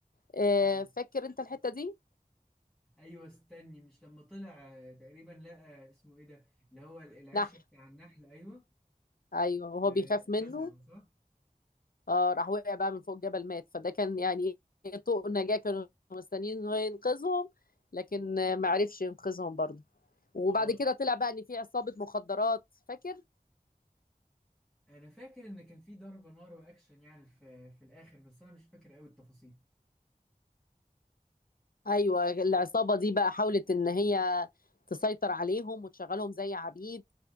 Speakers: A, on the left; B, in the centre.
A: آه،
B: اه
A: فاكر انت الحته دي
B: ايوه استني مش لما طلع آه، تقريبا لقى اسمه ايه ده اللي هو العش
A: نح
B: بتاع النحل ايوه
A: ايوه وهو
B: آه،
A: بيخاف منه
B: نزعه صح
A: اه راح وقع بقى من فوق الجبل مات فده كان يعني إيه، طوق النجاه كانوا مستنيين إن هو ينقذهم لكن آه، ما عرفش ينقذهم برضه وبعد
B: اه
A: كده طلع بقى ان في عصابه مخدرات فاكر
B: انا فاكر ان كان في ضرب نار واكشن يعني في في الاخر بس انا مش فاكر قوي التفاصيل
A: ايوه العصابه دي بقى حاولت ان هي تسيطر عليهم وتشغلهم زي عبيد